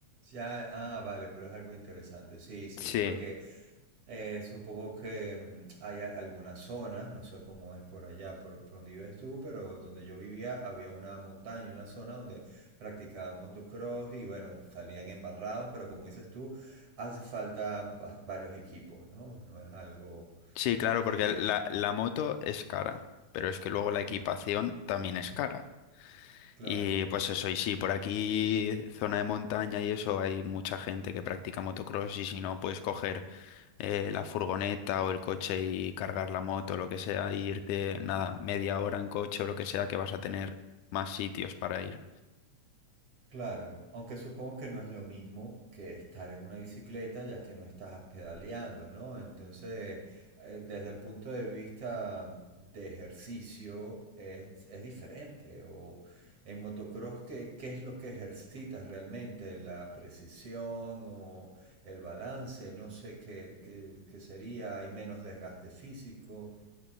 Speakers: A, on the right; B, on the left.
A: Ya, ah, ah, vale, pero es algo interesante. Sí, sí,
B: Sí,
A: porque eh, supongo que mm, hay a- algunas zonas, no sé cómo es por allá, por, por donde vives tú, pero donde yo vivía había una montaña, una zona donde practicaban motocross y bueno, salían embarrados, pero como dices tú, hace falta va- varios equipos, ¿no? No es algo
B: sí, claro,
A: que...
B: porque la,
A: que-
B: la moto es cara, pero es que luego la equipación
A: mm,
B: también es cara.
A: claro.
B: Y pues eso, y sí, por aquí, zona de montaña y eso, hay mucha gente que practica motocross y si no, puedes coger eh, la furgoneta o el coche y cargar la moto, lo que sea, e irte, nada, media hora en coche o lo que sea, que vas a tener más sitios para ir.
A: Claro, aunque supongo que no es lo mismo que estar en una bicicleta ya que no estás pedaleando, ¿no? Entonces, eh, desde el punto de vista de ejercicio es, es diferente. O en motocross, ¿qué, qué es lo que ejercitas realmente? ¿La precisión o el balance? No sé qué, qué- qué sería. Hay menos desgaste físico.